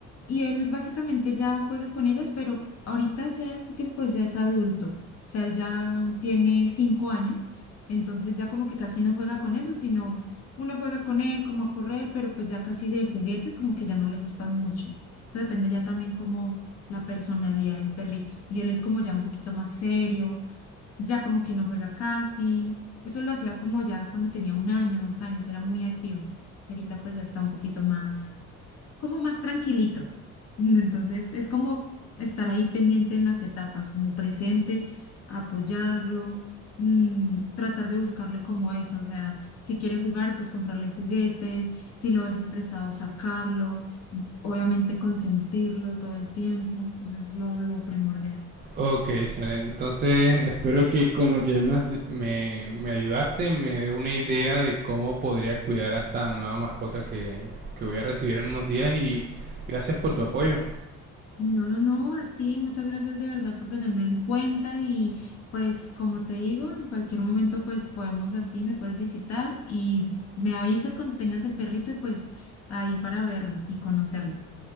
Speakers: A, on the left (about 55°); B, on the right (about 30°).
A: y él básicamente ya juega con ellas, pero ahorita ya este tiempo él ya es adulto, o sea, él ya tiene cinco años. Entonces ya como que casi no juega con eso, sino uno juega con él como a correr, pero pues ya casi de juguetes como que ya no le gustan mucho. Eso depende ya también como la personalidad del perrito. Y él es como ya un poquito más serio, ya como que no juega casi. Eso lo hacía como ya cuando tenía un año, dos años, era muy activo. Ahorita pues ya está un poquito más como más tranquilito. <laughs> Entonces, es como estar ahí pendiente en las etapas, como presente, apoyarlo, mm, tratar de buscarle como eso, o sea, si quiere jugar, pues comprarle juguetes, si lo ves estresado, sacarlo, obviamente consentirlo todo el tiempo, eso es lo, lo primordial.
B: Ok, Saret, entonces espero que con lo que me, has di- me, me ayudaste me dé una idea de cómo podría cuidar a esta nueva mascota que, que voy a recibir en unos días y gracias por tu apoyo.
A: No, no, no, a ti, muchas gracias de verdad por tenerme en cuenta y pues como te digo, en cualquier momento pues podemos así, me puedes visitar y me avisas cuando tengas el perrito y pues ahí para verlo y conocerlo.